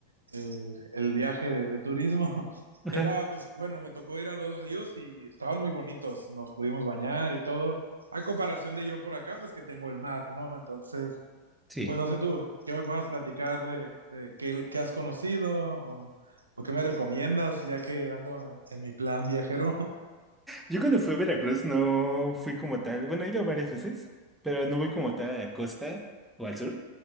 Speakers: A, on the right; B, in the centre.
A: el, el viaje de, de turismo. <laughs>
B: Ajá,
A: Era, pues bueno, me tocó ir a dos ríos y estaban muy bonitos, nos pudimos bañar y todo. A comparación de yo por acá, pues que tengo el mar, ¿no? Entonces,
B: sí.
A: pues no sé tú, ¿qué me puedas platicar de, de qué, qué has conocido o, o qué me recomiendas ya que ando en, en mi plan viajero? <laughs>
B: Yo cuando fui a Veracruz no fui como tal. Bueno, he ido varias veces, pero no voy como tal a la costa o al sur.